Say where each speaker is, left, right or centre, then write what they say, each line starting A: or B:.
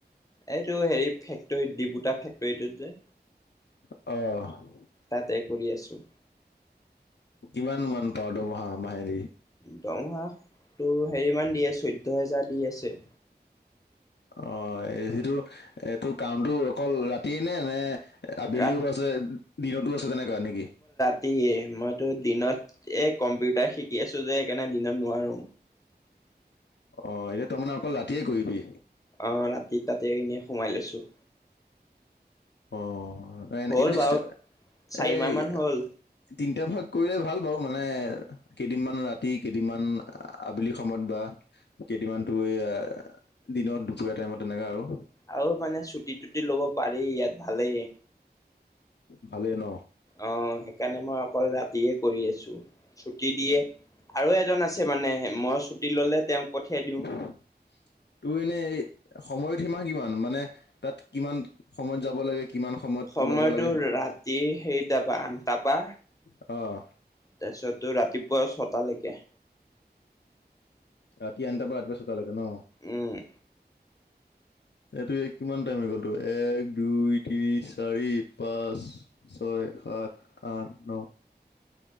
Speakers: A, on the left (about 20°); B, on the left (about 80°).
A: এইটো হেৰি ফেক্টৰীত ডিপু দা ফেক্টৰীটোত যে,
B: অ'
A: তাতে কৰি আছোঁ,
B: কিমান মান পাৱ দৰমহা মাহেলি?
A: দৰমহা টো হেৰিমান দিয়ে, চৈধ্য হেজাৰ দি আছে।
B: অ' এ সেইটো তোৰ কামটো অকল ৰাতিয়ে নে, নে আবেলিও
A: ৰাত
B: আছে, দিনতো আছে, তেনেকুৱা নে কি?
A: কি মইতো দিনত এ কম্পিউটাৰ শিকি আছো যে সেইকাৰণে দিনত নোৱাৰো।
B: অ' এতিয়া তই মানে অকল ৰাতিয়ে কৰিবি?
A: অ' ৰাতি তাতে ইনে সোমাই লৈছোঁ
B: অ' প্ৰায়
A: হ'ল
B: এইটো চিষ্টেমে
A: বাৰু চাৰিমাহ
B: এই
A: মান হ'ল
B: তিনটা ভাগ কৰিলে ভাল বাও মানে কেইদিনমান ৰাতি, কেইদিনমান আবেলি সময়ত বা কেইদিনমান তোৰ এ দিনত দুপৰীয়া টাইমত তেনেকা আৰু
A: আৰু মানে চুটি-তুটি ল'ব পাৰি ইয়াত ভালেই
B: ভালেই ন?
A: অ', সেইকাৰণে মই অকল ৰাতিয়ে কৰি আছোঁ ছুটি দিয়ে, আৰু এজন আছে মানে মই ছুটি ললে তেওঁক পঠিয়াই দিওঁ
B: <inaudible> তোৰ এনেই সময়ত সীমা কিমান, মানে তাত কিমান সময়ত যাব লাগে? কিমান সময়ত
A: সময়টো
B: ওলাব লাগে
A: ৰাতি হেৰিটা পা আঠটা পা
B: অ
A: তাছত তোৰ ৰাতিপুৱা ছটালেকে
B: ৰাতি আনটা পৰা ৰাতিপুৱা ছটা লৈকে ন?
A: উম
B: এইটো এ কিমান টাইম হৈ গ'ল তোৰ এক, দুই, তিনি, চাৰি, পাঁচ, ছয়, সাত, আঠ, ন